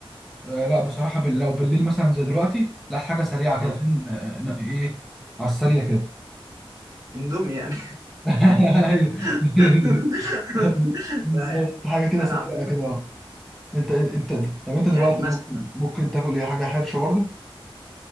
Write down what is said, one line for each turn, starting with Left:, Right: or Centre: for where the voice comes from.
Centre: آه لا بصراحه بال- لو بالليل مثلا زي دلوقتي لا حاجه سريعه
Right: اه
Centre: كده فين آه آه، ن- ايه على السريع كده
Right: اندومي يعني
Centre: <laughs> ايوه
Right: <laughs>
Centre: <laughs> بالظبط
Right: لا يعني.
Centre: حاجه كده
Right: انا
Centre: سريعه
Right: عموما
Centre: كده اه انت انت طب انت دلوقتي
Right: يعني مثلا
Centre: ممكن ممكن تاكل ايه حاجه حرشه برضو